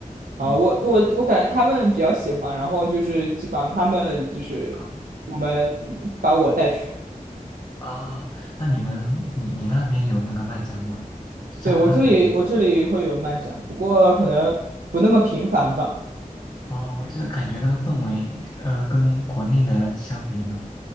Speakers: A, on the right (about 80°); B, on the left (about 30°).
A: 啊、
B: 对，
A: 我我我感觉他们比较喜欢，然后就是基本上他们就是我们把我带去。
B: 嗯啊，那你们你你那边有那个漫展吗？就加拿大那边
A: 对，我这里我这里会有漫展，不过可能不那么频繁吧。
B: 啊？哦，这感觉那个氛围呃跟国内的相比呢，